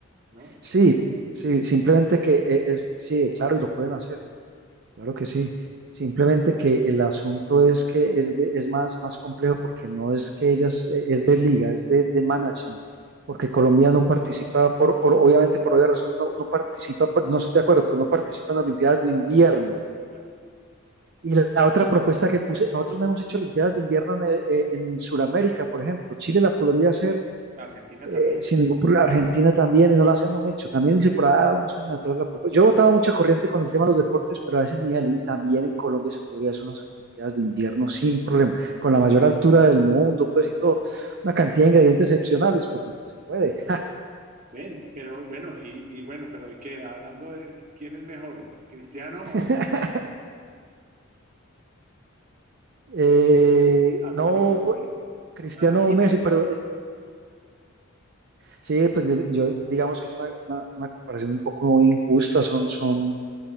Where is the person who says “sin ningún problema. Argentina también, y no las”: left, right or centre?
Right